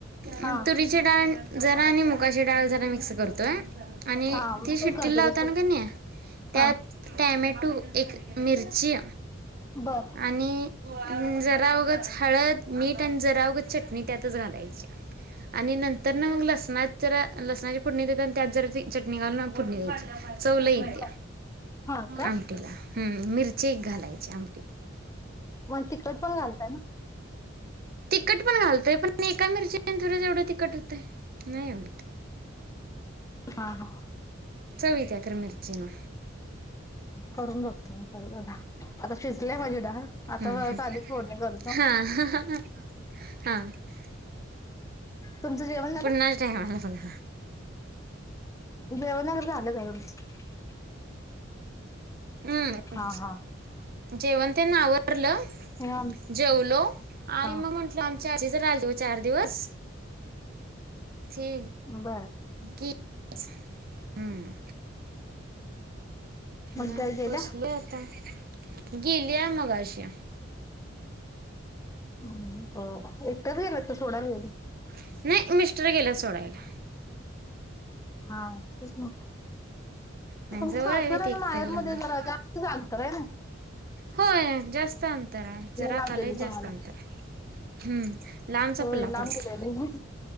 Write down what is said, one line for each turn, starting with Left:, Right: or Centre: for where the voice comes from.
Right: मग
Left: हा
Right: तुरीचे डाळ जरा आणि मु मुगाची डाळ जरा मिक्स करतोय. आणि
Left: हा मी
Right: ती
Left: पण
Right: सिट्टी
Left: करते
Right: लावताना
Left: तशी
Right: कनी त्यात
Left: हा
Right: टॅमॅटो एक मिरची
Left: बर
Right: आणि हि जर जरा उगाच हळद, मीठ आणि जरा उगाच चटणी त्यातच घालायची आणि नंतर ना मग लसणात जरा लसणाची फोडणी देत आणि त्यात जरा चटणी घालून फोडणी द्ययची. चवलई इत्या,
Left: बर हा का
Right: आमटीला. हम्म् मिरची एक घालायची आमटीत.
Left: मग तिकट पण घालतय ना?
Right: तिकट पण घालतय पण एका मिरची थोड एवढ तिकट होतय नाही होत
Left: हा हा.
Right: चव येत्या खरं मिरचीन.
Left: करून बघतो मी परत आता, आता शिजलेय माझी डाळ. आता
Right: हम्म हम्म
Left: साधी फोडणी करतो,
Right: हा हा हा
Left: तुमच जेवण झाल?
Right: पुन्हाच टायमाला बघा.
Left: जेवण वगैरे झालं सगळं.
Right: हम्म्
Left: हा हा
Right: जेवण. त्यां नाव ल
Left: हे आम
Right: जेवलो आणि
Left: हा.
Right: मग म्हटल चारी <unintelligible> चार दिवस. ठी
Left: बर
Right: हम्म्. मग
Left: काय गेल्या?
Right: बसलोय आता गेलीया मग <unintelligible> <inaudible>
Left: हम्म, बर. एकटच गेल्यात काय सोडायला
Right: नाही मिस्टर गेलेयात सोडायला.
Left: हा खूप मोठ
Right: नाही
Left: तुमच
Right: जवळ
Left: सासर
Right: आहे ते
Left: आणि
Right: एकट्याला
Left: माहेर
Right: लावून
Left: मध्ये
Right: द्यायला
Left: जरा जास्तच अंतर आहे ना ् <unintelligible> <inaudible>
Right: होय जास्त अंतर हाय, जरा
Left: लांब
Right: का लय
Left: दिलं तुम्हाला
Right: जास्त अंतर हाय. हम्म् लांबच
Left: होय
Right: पल्ला
Left: लांब
Right: पडतोय,
Left: दिलेलं